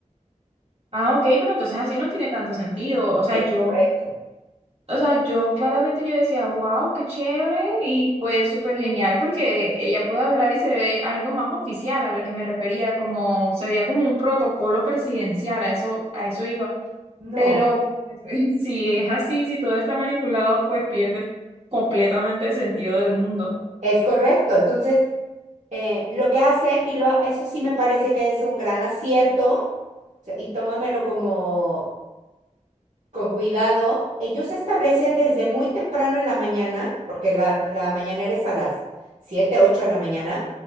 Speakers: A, on the right; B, on the right.
A: Ah, ok, pero entonces así no tiene tanto sentido. O sea,
B: es
A: yo...
B: correcto.
A: O sea, yo claramente yo decía, wow, qué chévere y pues súper genial porque ella puede hablar y se ve algo más oficial a lo que me refería, como se veía como un protocolo presidencial, a eso, a eso iba.
B: No,
A: Pero <laughs> si es así, si todo está manipulado, pues pierde completamente el sentido del mundo.
B: es correcto. Entonces, eh, lo que hacen, y lo, eso sí me parece que es un gran acierto, o sea, y tómamelo como con cuidado, ellos se establecen desde muy temprano en la mañana, porque la, la mañanera es a las 7, 8 de la mañana,